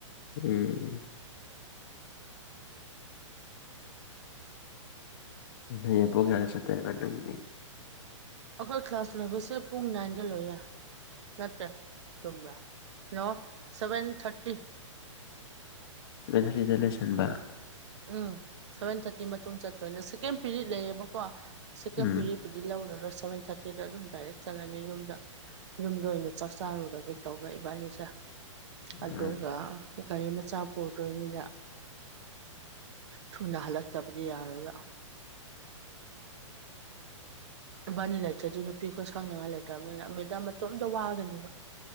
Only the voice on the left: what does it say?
ꯎꯝ ꯎꯝ ꯍꯌꯦꯡ ꯄꯨꯡ ꯀꯌꯥꯗ ꯆꯠꯇꯣꯏꯕ ꯅꯪꯗꯤ
ꯁꯚꯦꯟ ꯊꯥꯔꯇꯤꯗ ꯂꯣꯏꯁꯟꯕ
ꯎꯝ
ꯎꯝ